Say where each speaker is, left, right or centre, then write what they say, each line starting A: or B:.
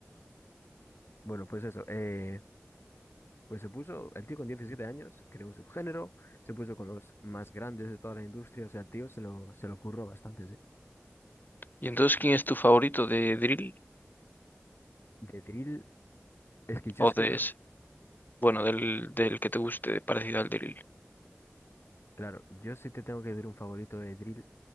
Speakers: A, on the left; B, on the left.
A: Bueno, pues eso, eh, Pues se puso, el tío con 17 años, creó un subgénero, se puso con los más grandes de toda la industria, o sea, el tío se lo, se lo curró bastante. sí.
B: ¿Y entonces quién es tu favorito de Drill?
A: De drill, es que yo
B: ¿O
A: es
B: de
A: que no,
B: ese?
A: s-
B: Bueno, del, del que te guste, parecido al Drill.
A: claro, yo sí te tengo que decir un favorito de drill,